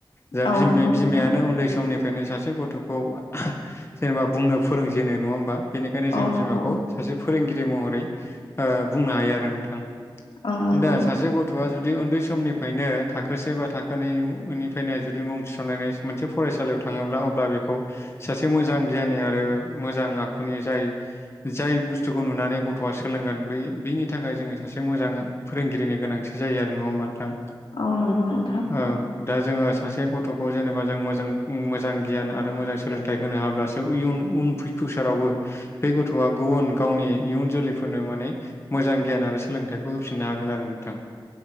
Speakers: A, on the left; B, on the left.
A: जाहा
B: औ
A: बिमा-
B: नंगौ नोंथां औ नंगौ नोंथां
A: बिमायानो उन्दै समनिफ्राय बेखायनो सासे गथ'खौ जेनेबा बुंनो फोरोंजेनो नङा होमबा बेनिखायनो जों
B: औ
A: बिमाखौ
B: नंगौ
A: सासे फोरोंगिरि महरै बुंनो हायो आरो नोंथां।
B: औ नंगौ
A: दा सासे गथ'खौ गाथ'आ जुदि उन्दै समनिफ्रायनो थाखोसे बा थाखोनैनिफ्रायनो जुदि मुं थिसननायनि मोनसे फरायसालियाव थाङोब्ला अब्ला बेखौ सासे मोजां गियााननि आरो मोजां आखुनि जाय जाय बुस्थुखौ नुनानै गथ'आ सोलोंगोन बै बिनि थाखाय जोङो सासे मोजां फोरोंगिरिनि गोनांथि जायो नङा होमबा नोंथां
B: औ नोंग' उम
A: औ दा जोङो सासे गथ'खौ जेनेबा जों मोजां मोजां गियान आरो मोजां सोलोंथाइ होनो हाब्लासो इयुन उन फिउसारावबो बे गथ'आ गुबुन गावनि इयुन जोलैफोरनो माने मोजां गियान आरो सोलोंथाइखौ होफिननो हागोन आरो नोंथां।